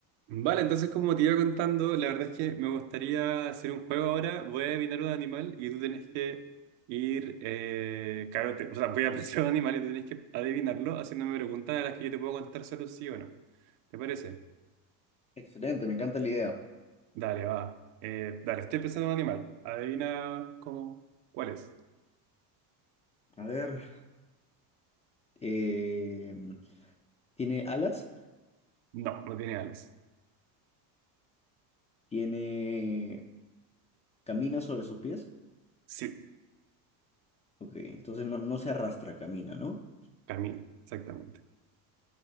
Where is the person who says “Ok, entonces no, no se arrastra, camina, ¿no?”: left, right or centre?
Left